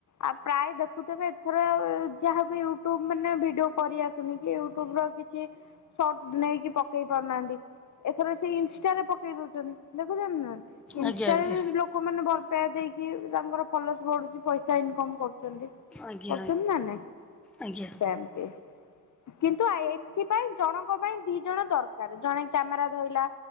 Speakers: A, on the left; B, in the centre.
A: ଆଉ ପ୍ରାୟ ଦେଖୁଥିବେ ଥର ଯାହାକୁ ୟୁଟ୍ୟୁବ ମାନେ ଭିଡିଓ କରି ଆସୁନି କି ୟୁଟୁବ ର କିଛି ସର୍ଟ ନେଇକି ପକେଇ ପାରୁନାହାନ୍ତି ଏଥର ସେ ଇନଷ୍ଟାରେ ପକେଇ ଦଉଛନ୍ତି ଦେଖୁଛନ୍ତିନା।
B: ଆଜ୍ଞା ଆଜ୍ଞା
A: ଲୋକ ମାନେ ଭଲ ପାଇବା ଦେଇକି ତାଙ୍କର ଫୋଲୋର୍ସ ବଢୁଛି ପଇସା ଇନକମ କରୁ ଛନ୍ତି
B: ଆଜ୍ଞା
A: କରଛନ୍ତି ନା ନାଇଁ
B: ଆଜ୍ଞା। ଆଜ୍ଞା
A: ସେମତି। କିନ୍ତୁ ଆ ଏଥିପାଇଁ ଜଣଙ୍କ ପାଇଁ ଦି ଜଣ ଦରକାର ଜଣେ କ୍ୟାମେରା ଧଇଲା